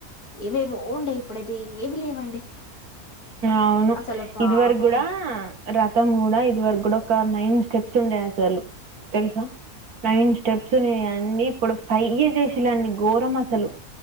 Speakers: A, on the left; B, on the right.
A: ఏవేవో ఉండే ఇప్పుడైతే ఏమి లేవండి
B: అవును
A: అసలు పాపం
B: ఇది వర కూడా రతం కూడా ఇదివరకు కూడా ఒక నైన్ స్టెప్ చుండే అసలు తెలుసా నైన్ స్టెప్స్ని అండి ఇప్పుడు ఫైయ్యే చేషిలండి ఘోరం అసలు